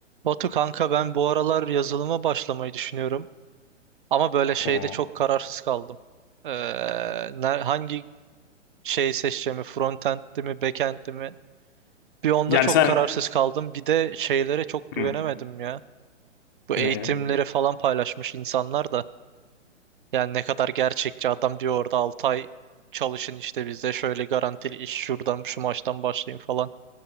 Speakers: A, on the right; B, on the left.
A: Batu kanka ben bu aralar yazılıma başlamayı düşünüyorum. Ama böyle şeyde
B: Oo.
A: çok kararsız kaldım. Ee, ne- hangi şeyi seçeceğimi, frontend'di mi, backend'di mi? Bir onda
B: Yani
A: çok
B: sen
A: kararsız kaldım. Bir de şeylere çok güvenemedim
B: hı,
A: ya. Bu
B: neye?
A: eğitimleri falan paylaşmış insanlar da. Yani ne kadar gerçekçi adam diyor orada 6 ay çalışın işte bizde şöyle garantili iş şuradan şu maçtan başlayın falan.